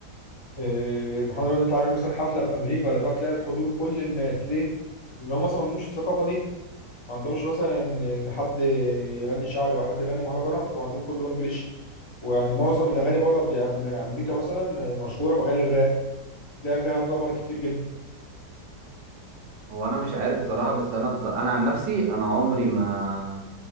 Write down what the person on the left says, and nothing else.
آه، محمد رمضان بيطلع يعمل مثلا حفله في امريكا ولا بتاع تلاقي الحضور كل الناس ليه؟ لان هم اصلا ما عندهمش الثقافه دي ما عندهمش مثلا ان حد يغني شعبي او حد يغني مهرجانات وعندهم كله انجليش ويعني معظم الاغاني بره بلا- أم- امريكا مثلا مشهوره باغاني الراب تلاقي فيها الرابر كتير جدا